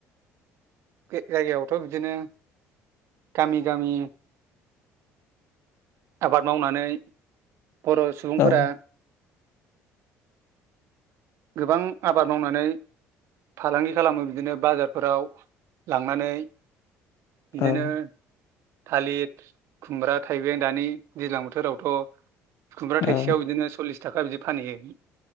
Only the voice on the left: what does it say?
औ
औ
औ